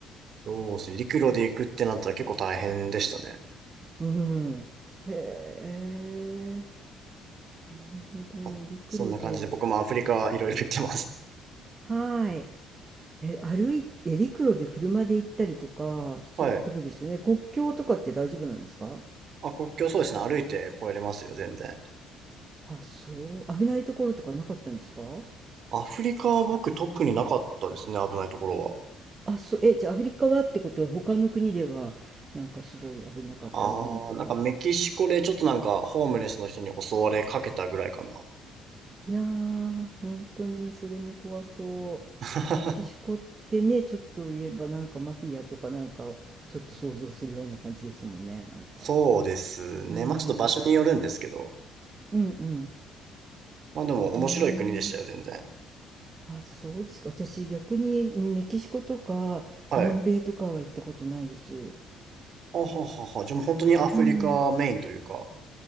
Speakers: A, on the right; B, on the right.
A: そうですね。陸路で行くってなったら結構大変でしたね。
B: うん。へえ、なるほど。
A: まあそんな感じで僕もアフリカいろいろ行ってます。
B: 陸路で。はい。え、歩いて陸路で車で行ったりとか、そういったことですよね。
A: <laughs> はい。
B: 国境とかって大丈夫なんですか
A: あ、国境そうですね。歩いて越えれますよ、全然。
B: あ、そう。危ないところとかなかったんですか
A: アフリカは僕特になかったですね、危ないところは。
B: あ、そう。え、じゃあアフリカはってことは他の国ではなんかすごい危なかった思いとか。
A: ああ、なんかメキシコでちょっとなんかホームレスの人に襲われかけたぐらいかな。
B: いやー、本当にそれも怖そ
A: <laughs>
B: う。メキシコってね、ちょっと言えばなんかマフィアとかなんかちょっと想像するような感じですもんね、なんか。
A: そうですね。
B: うん。
A: まあちょっと場所によるんですけど。
B: うんうん。
A: まあでも面白い国でしたよ、
B: うーん。
A: 全然。
B: あ、そうですか。私逆にメキシコとか南米とかは行ったことないです。
A: はい。あははは。じゃあもう本当にアフリカメインというか。
B: うん。